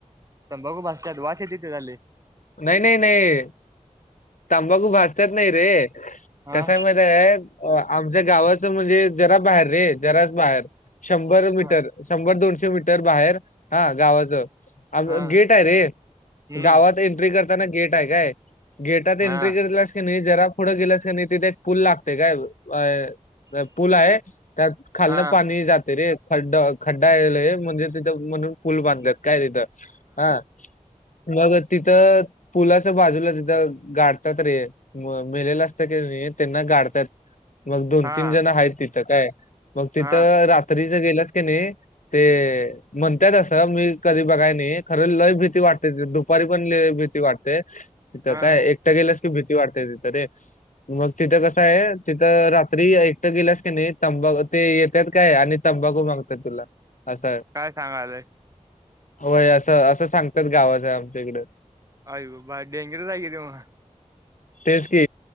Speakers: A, on the right (about 25°); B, on the left (about 80°).
A: तंबाकू भाास वा येते झाले
B: नाइ नाइ नाइ तंबाकु भासतत नाही रे
A: हा
B: कसय म आमच्या गावाचं म्हणजे जरा बाहेर रे जराच बाहेर शंभर मीटर
A: हा
B: शंभर दोनशे मीटर बाहेर हा गावाचं आ
A: हा
B: गेट आहे रे
A: हम्म
B: गावात एंट्री करताना गेट आहे काय गेटात एंट्री
A: हा
B: करलास की नाही जरा पुढं गेलास की नाही तिथे एक पूल लागते काय अ पूल आहे त्यात खालनं
A: हा
B: पाणी जाते रे खड्ड खड्डाला म्हणजे तिथं म्हणून पूल बांधलेत काय तिथं हा मग तिथं पुलाच्या बाजूला तिथं गाठतात रे म मेलेलं असतं की त्यांना गाडतात मग दोन
A: हा
B: तीन जण आहेत तिथं काय मग तिथं
A: हा
B: रात्री ज गेलास की नाही ते म्हणताय अससं मी कधी बघाय नाही खरं लय भीती वाटते दु दुपारी पण भीती वाटतेय तिथं
A: हा
B: काय एकटं गेल्यास की भीती वाटतेय तिथ रे मग तिथं कसं आहे तिथं रात्री एकटं गेल्यास की नाही तंबा ते येतात काय आणि तंबाखू मागतात तुला असं
A: काय सांगालय
B: होय असं असं सांगतात गावाच आमच्याकड
A: अय ब बा डेंगरस आहेगय ते मग
B: तेज की